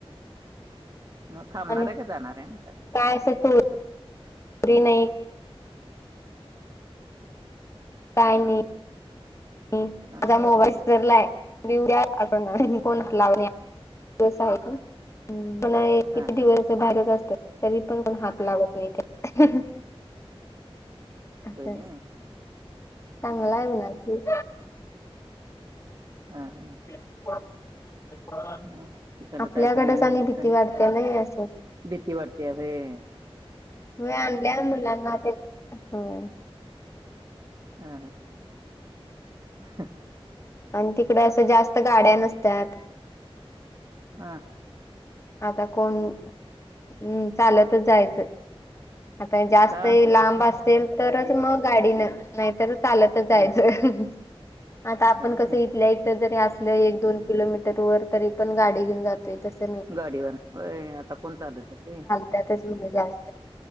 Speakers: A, on the right (about 35°); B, on the left (about 30°).
A: नव्हं थांबणार
B: आणि
A: आहे का जाणार आहे?
B: काय असं चोरी नाही काय नाही माझा
A: हा
B: मोबाईल स्पीकर आहे. <unintelligible> कोण लावणे <unintelligible> किती
A: हा
B: दिवस
A: हा
B: बाहेरच असत तरी पण कोण हात लावत नाही. असं
A: होय नी
B: चांगला म्हणाल ती
A: हा हा.
B: <unintelligible>
A: मग तिकडं
B: आपल्याकडेच
A: काय काय नवीन
B: आणि
A: गिफ्ट
B: भीती वाटतय नाही अस
A: भीती वाटते होय
B: हो आणल्या मुलांना तेन होय.
A: हा हा
B: आणि तिकड असं जास्त गाड्या नसत्याात
A: हा
B: आता कोण, अ चालतच जायच आता हे जास्त
A: का
B: ही लांब असेल तरच मग गाडीनं नाही तर चालतच
A: हम्म
B: जायचं, आता आपण
A: होय नाही
B: कसं इथल्या इथ जरी असलं एक दोन किलोमीटर वर तरी पण गाडी घेऊन जातोय, तसं नाही.
A: गाडीवरन व्हय आता कोण चालत जातय
B: त्यातच म्हणल जास्त